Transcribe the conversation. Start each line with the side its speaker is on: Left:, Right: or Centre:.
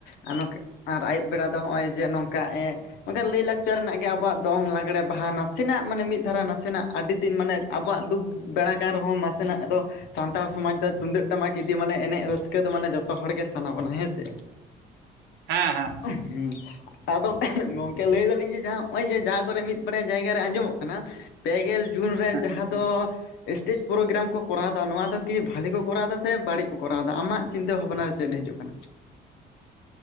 Left: ᱟᱨ ᱱᱚᱝᱠᱟ ᱟᱨ ᱟᱹᱭᱩᱵ ᱵᱮᱲᱟ ᱫᱚ ᱱᱚᱜ-ᱚᱭ ᱡᱮ ᱱᱚᱝᱠᱟ ᱵᱟᱠᱟᱱᱡ ᱞᱟᱹᱭ ᱞᱟᱠᱪᱟᱨ ᱨᱮᱱᱟᱜ ᱜᱮ ᱟᱵᱚᱣᱟᱜ ᱫᱚᱝ ᱞᱟᱜᱽᱲᱮ ᱵᱟᱦᱟ ᱱᱟᱥᱮᱱᱟᱜ ᱢᱟᱱᱮ ᱢᱤᱫ ᱫᱷᱟᱨᱟ ᱱᱟᱥᱮᱱᱟᱜ ᱟᱹᱰᱤ ᱫᱤᱱ ᱢᱟᱱᱮ ᱟᱵᱚᱣᱟᱜ ᱫᱩᱠ ᱵᱮᱲᱟ ᱠᱟᱱ ᱨᱮᱦᱚᱸ ᱱᱟᱥᱮᱱᱟᱜ ᱫᱚ ᱥᱟᱱᱛᱟᱲ ᱥᱚᱢᱟᱡᱽ ᱫᱚ ᱛᱩᱢᱫᱟᱹᱜ ᱴᱟᱢᱟᱠ ᱤᱫᱤ ᱢᱟᱱᱮ ᱮᱱᱮᱡ ᱨᱟᱹᱥᱠᱟᱹ ᱫᱚ ᱢᱟᱱᱮ ᱡᱚᱛᱚ ᱦᱚᱲ ᱜᱮ ᱥᱟᱱᱟ ᱵᱚᱱᱟ ᱦᱮᱸ ᱥᱮ
Right: ᱦᱮᱸ ᱦᱮᱸ
Left: ᱦᱩᱸ ᱟᱫᱚ ᱜᱚᱝᱠᱮ ᱞᱟᱹᱭ ᱫᱟᱞᱤᱧ ᱡᱮ ᱡᱟᱦᱟᱸ ᱱᱚᱜ-ᱚᱭ ᱡᱮ ᱡᱟᱦᱟᱸ ᱠᱚ ᱨᱮ ᱢᱤᱫ ᱵᱟᱨᱭᱟ ᱡᱟᱭᱜᱟ ᱨᱮ ᱟᱸᱡᱚᱢᱚᱜ ᱠᱟᱱᱟ ᱯᱮᱜᱮᱞ ᱡᱩᱱ
Right: ᱦᱮᱸ
Left: ᱨᱮ ᱡᱟᱦᱟᱸ ᱫᱚ ᱤᱥᱴᱮᱡᱽ ᱯᱨᱳᱜᱨᱟᱢ ᱠᱚ ᱠᱚᱨᱟᱣ ᱫᱟ ᱱᱚᱣᱟ ᱫᱚ ᱠᱤ ᱵᱷᱟᱹᱞᱤ ᱠᱚ ᱠᱚᱨᱟᱣ ᱫᱟ ᱥᱮ ᱵᱟᱹᱲᱤᱡ ᱠᱚ ᱠᱚᱨᱟᱣ ᱫᱟ ᱟᱢᱟᱜ ᱪᱤᱱᱛᱟᱹ ᱵᱷᱟᱵᱽᱱᱟ ᱪᱮᱫ ᱦᱤᱡᱩᱜ ᱠᱟᱱᱟ